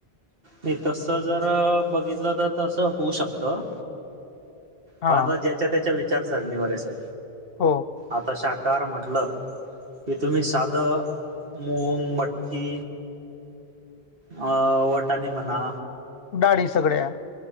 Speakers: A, on the right (about 65°); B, on the left (about 65°).
A: नाही तसं जरा बघितलं तर तसं होऊ शकतं.
B: हा
A: दादा ज्याच्या त्याच्या विचार सरणीवर हे सर.
B: हो.
A: आता शाहाकाहार म्हटलं तर तुम्ही सादं मूंग, मटकी अ वटाणे म्हणा
B: दाडी सगळ्या